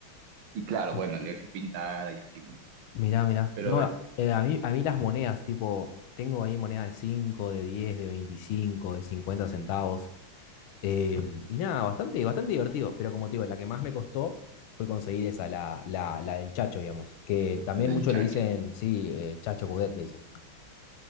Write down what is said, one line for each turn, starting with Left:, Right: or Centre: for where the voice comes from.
Right: Y claro,
Left: Ah.
Right: bueno, le he hecho pintada y así, ¿no?
Left: Mirá, mirá.
Right: Pero
Left: No,
Right: a ver,
Left: eh, a mí, a mí las monedas, tipo, tengo ahí monedas de 5, de 10, de 25, de 50 centavos. em, y nada, bastante, bastante divertido. Pero como te digo, la que más me costó fue conseguir esa, la, la, la del Chacho, digamos. Que también
Right: la del
Left: muchos
Right: chacho.
Left: le dicen, sí, eh, Chacho Cudet le dicen.